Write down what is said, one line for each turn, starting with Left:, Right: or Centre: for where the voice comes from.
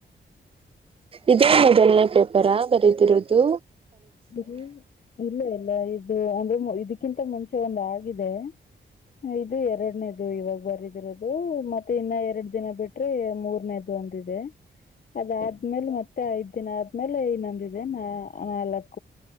Right: ಇದೇ ಮೊದಲನೇ ಪೇಪರಾ ಬರೀತ್ತಿರೋದು
Left: ಇದು ಇಲ್ಲ <unintelligible> ಇಲ್ಲಾ ಇದು ಅಂದ್ರೆ ಇದಕ್ಕಿಂತ ಮುಂಚೆ ಒಂದ ಆಗಿದೆ ಇದು ಎರಡನೇದು ಇವಾಗ ಬರಿದಿರೋದು ಮತ್ತೆ ಇನ್ನ ಎರಡ್ ದಿನ ಬಿಟ್ರೆ ಮೂರನೇದು ಅಂದಿದೆ ಅದಾದ್ಮೇಲೆ ಮತ್ತೆ ಐದ್ ದಿನ ಆದ್ಮೇಲೆ ಇನ್ನೊಂದಿದೆ ನಾ ನಾಲ್ಕು